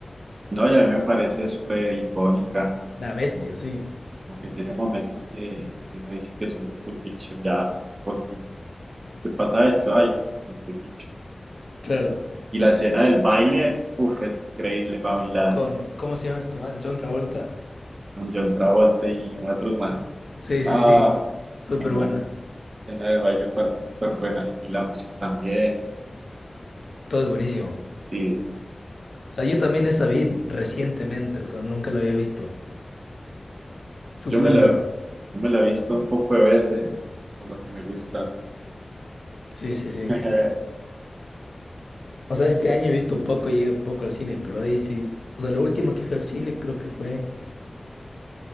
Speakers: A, on the right; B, on the left.
A: No, y a mí me parece súper icónica,
B: Una bestia,
A: como,
B: sí.
A: como que tiene momentos que que uno dice que son de Pulp Fiction ya, por sí. ¿Qué pasa esto? Ay, un Pulp Fiction.
B: Claro.
A: Y la escena del baile, uff, es increíble para mí, la
B: Con, ¿cómo se llama este man? John Travolta.
A: con John Travolta y una Thurman.
B: Sí, sí,
A: Ah,
B: sí. Súper
A: no,
B: buena.
A: la escena del baile me parece súper buena. Y la música también.
B: Todo es buenísimo.
A: Sí,
B: O sea, yo también esa vi recientemente, o sea, nunca la había visto. Súper
A: yo me la,
B: raro.
A: yo me la he visto un poco de veces, por lo que me gusta.
B: Sí, sí, sí.
A: <laughs>
B: O sea, este año he visto poco y he ido poco al cine, pero de ahí sí. O sea, la última que fui al cine creo que fue,